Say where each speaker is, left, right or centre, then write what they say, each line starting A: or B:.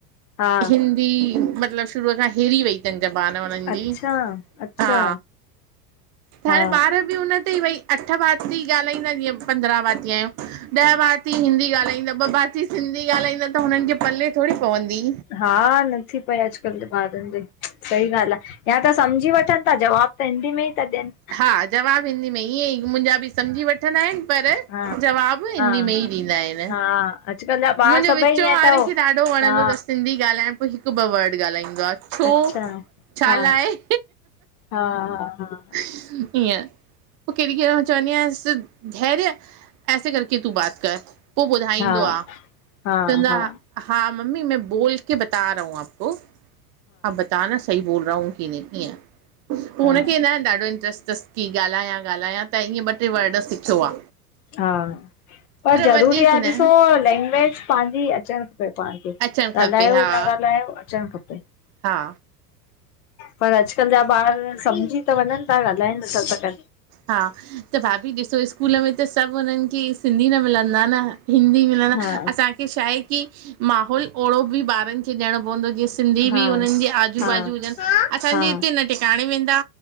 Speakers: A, on the left; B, on the right.
A: हा
B: हिंदी मतलब शुरूअ खां हिरी वई। चन जबान हुननि
A: अच्छा
B: जी
A: अच्छा
B: हा। त
A: हा
B: हाणे ॿार बि हुन ते ई भई अठ भाती ॻाल्हाईंदा जीअं पंद्रहं भाती आहियूं। ॾह भाती हिंदी ॻाल्हाईंदा ॿ भाती सिंधी ॻाल्हाईंदा त हुननि खे पले थोॾी पवंदी।
A: हा न थी पई अॼकल्ह त ॿार सही ॻाल्हि आहे या त सम्झी वठनि था जवाब त हिंदी में ई था ॾियन।
B: हा जवाब हिन्दी में ईअं ई मुंहिंजा बि सम्झी वठ वठंदा आहिन पर
A: हा
B: जवाब हिंदी
A: हा
B: में ई ॾींदा आहिन।
A: हा अॼुकल्ह जा ॿार
B: मुंहिंजे
A: सभई
B: विचो
A: ईअं
B: वारे
A: अथव
B: खे ॾाढो वणंदो
A: हा
B: अथस सिंधी ॻाल्हाइण। पोइ हिक ॿ वर्ड ॻाल्हाईंदो आहे छो
A: अच्छा
B: छा
A: हा
B: लाइ।
A: हा- हा- हा।
B: इअं पोइ कहिॾी -कहिॾी मेल चवंदी आहियांस् धैर्य। ऐसे करके तूं बात कर पोइ ॿुधाईंदो
A: हा
B: आ।
A: हा हा
B: चवंदो
A: हा
B: आ। हा, मम्मी मैं बोलके बता रहा हूं आपको हा आप बताना सही। बोल रहा हूं कि नहीं हीय पोख हुन
A: हा
B: खे न ॾा ॾाढो इंट्र्स्ट अथस की ॻाल्हायां- ॻाल्हायां त ईअं ॿ टे वर्ड सिखियो आ।
A: हा। पर ज़रूरी
B: वधीक
A: आ
B: न
A: ॾिसो लैंग्वेज पंहिंजी अचण। पाण खे,
B: अचणु खपे
A: ॻाल्हायो
B: हा
A: न ॻाल्हायो अचणु खपे।
B: हा।
A: पर अॼकल्ह जा ॿार समझी त वञनि था, ॻाल्हाए नथा सघन।
B: हा, त भाभी ॾिसो स्कूल में त सभ हुननि खे सिंधी न मिलंदा न? हिंदी मिलण,
A: हा
B: असांखे छाहे की माहौल अहिड़ो बि ॿारनि खे ॾियणो पवंदो, जिएं सिंधी
A: हा
B: बि हुननि जे आजू
A: हा
B: बाजू हुजन। असांजे
A: हा
B: हिते न टिकाणे वेंदा